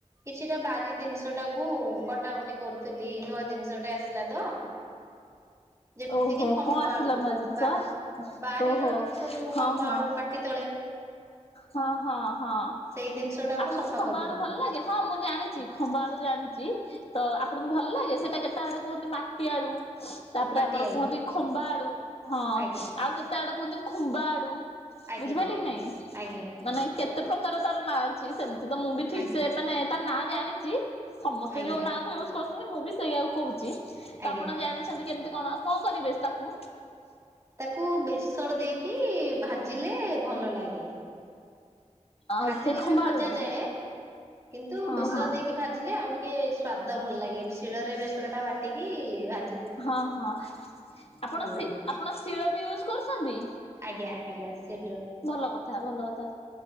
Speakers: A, on the right; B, on the left.
A: କିଛିଟା ବାରି ଜିନିଷ ଟାକୁ କଟାକଟି କରୁଥିଲି ନୂଆ ଜିନିଷଟେ ଆସିଲା ତ। ଯେମିତି
B: ଓହୋ
A: କି ଖମ୍ବାଳୁ
B: କଣ ଆସିଲା ନୂଆ ଜିନିଷ
A: ବା ବାରିର
B: ଓହୋ
A: ଜିନିଷ ଯୋଉ
B: ହଁ
A: ଖମ୍ବାଳୁ
B: ହଁ
A: ମାଟି ତଳେ।
B: ହଁ ହଁ ହଁ।
A: ସେଇ ଜିନିଷ ଟାକୁ
B: ଆପଣଙ୍କୁ
A: ସଫା
B: ଖମ୍ବ
A: କରୁଥିଲୁ
B: ଆଳୁ ଭଲ ଲାଗେ ହଁ ମୁଁ ଜାଣିଛି ଖମ୍ବ ଆଳୁ ଜାଣିଛି ତ ଆପ ଆପଣଙ୍କୁ ଭଲ ଲାଗେ ସେଇଟା କେତେ ଆଡୁ କୁହନ୍ତି ମାଟି ଆଳୁ ତାପରେ
A: ମାଟି
B: ଆମର
A: ଆଳୁ
B: କୁହନ୍ତି ଖମ୍ବା ଆଳୁ ହଁ
A: ଆଜ୍ଞା
B: ଆଉ କେତେ ଆଡେ କୁହନ୍ତି ଖୁମ୍ବା ଆଳୁ
A: ଆଜ୍ଞ
B: ବୁଝିପାରିଲେ
A: ଆଜ୍ଞା।
B: ନାଇଁ
A: ଆଜ୍ଞା
B: ମାନେ କେତେ ପ୍ରକାର ତାର ନାଁ ଅଛି ସେମିତି ତ ମୁଁ ବି ଠିକ
A: ଆଜ୍ଞା
B: ସେ ମାନେ ତାର ନାଁ ଜାଣିଛି। ସମସ୍ତେ
A: ଆଜ୍ଞା
B: ଯୋଉ ନା କ ୟୁଜ କରୁଛନ୍ତି ମୁଁ ବି ସେଇଆାକୁ କହୁଛି ତ
A: ଆଜ୍ଞା
B: ଆପଣ ଜାଣିଛନ୍ତି କେମିତି କଣ କଣ କରିବେ ତାକୁ
A: ତାକୁ ବେସଣ ଦେଇକି ଭାଜିଲେ ଭଲ ଲାଗେ।
B: ଅ
A: ଖାଲିରେ
B: ସେ ଖମ୍ବା
A: ବି ଭଜା
B: ଆଳୁକୁ
A: ଯାଏ କିନ୍ତୁ
B: ହଁ
A: ବେଶଣ
B: ହଁ
A: ଦେଇକି ଭାଜିଲେ ଆଉ ଟିକେ ଟିକେ ସ୍୍ୱାଦ ଭଲ ଲାଗେ ଶିଳରେ ବେସର ଟା ବାଟିକି ଭା
B: ହଁ ହଁ ଆପଣ
A: ଲାଗେ
B: ଆପଣ ଶିଳ ବି ୟୁଜ କରୁଛନ୍ତି।
A: ଆଜ୍ଞା ଆଜ୍ଞା ସେ
B: ଭଲ କଥା ଭଲ କଥା